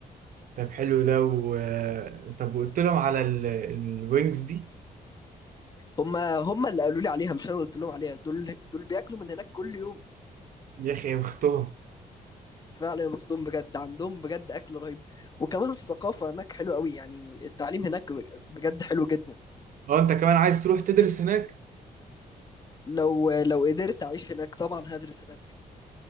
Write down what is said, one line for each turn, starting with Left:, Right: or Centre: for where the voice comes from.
Right: طب حلو ده و... طب وقلت لهم على ال... الوينجز دي
Left: هم هم اللي قالوا لي عليها مش انا اللي قلت لهم عليها دول دول بياكلوا من هناك كل يوم
Right: يا اخي اختهم
Left: فعلا يا بختهم بجد عندهم بجد اكل رهيب وكمان الثقافه هناك حلوه قوي يعني التعليم هناك بجد حلو جدا
Right: اه انت كمان عايز تروح تدرس هناك
Left: لو لو قدرت اعيش هناك طبعا هدرس هناك